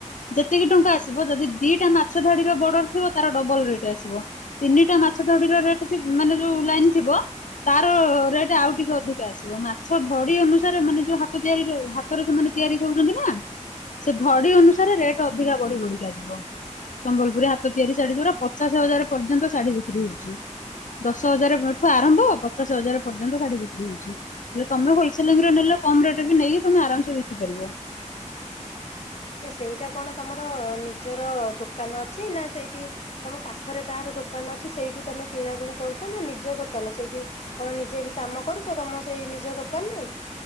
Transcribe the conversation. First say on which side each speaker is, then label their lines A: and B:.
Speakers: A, on the left (about 80°); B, on the left (about 55°).
A: ଯେତିକି ଟଙ୍କା ଆସିବ ଯଦି ଦିଟା ମାଛ ଧାଡିର ବର୍ଡର ଥିବ ତାର ଡବଲ ରେଟ୍ ଆସିବ ତିନିଟା ମାଛ ଧାଡିର ରେଟ୍ ମାନେ ଯୋଉ ଲାଇନ୍ ଥିବ ତାର ରେଟ୍ ଆଉ ଟିକେ ଅଧିକା ଆସିବ ମାଛ ଧଡି ଅନୁସାରେ ମାନେ ଯୋଉ ହାତ ତିଆରିରେ ହା ତରେ ସେମାନେ ତିଆରି କରୁଛନ୍ତି ନା ସେ ଧଡି ଅନୁସାରେ ରେଟ୍ ଅଧିକା ବଢି ବଢିକା ଚାଲିଥିବ ସମ୍ବଲପୁରୀ ହାତ ତିଆରି ଶାଢୀ ଯୋଡା ପଚାଶ ହଜାର ପର୍ଯ୍ୟନ୍ତ ଶାଢୀ ବିକ୍ରି ହଉଛି ଦଶ ହଜାରଠୁ ଆରମ୍ଭ ପଚାଶ ହଜାର ପର୍ଯ୍ୟନ୍ତ ଶାଢୀ ବିକ୍ରି ହଉଛି ଯେ ତମେ ହୋଲସେଲିଂରେ ନେଲେ କମ୍ ରେଟ୍ ରେ ନେଇକି ତମେ ଆରାମ୍ ସେ ବିକ୍ରି କରିପାରିବ।
B: ତ ସେଇଟା କଣ ତମର ନିଜର ଦୋକାନ ଅଛି ନା ସେଇଠି ତମ ପାଖରେ କାହାର ଦୋକାନ ଅଛି ସେଇଠୁ ତମେ କିଣାକୁଣି କରୁଛ ନା ନିଜ ଦୋକାନ ସେଇଠି କଣ ନିଜେ ବି କାମ କରୁଛ ତମ ସେଇ ନିଜ ଦୋକାନରେ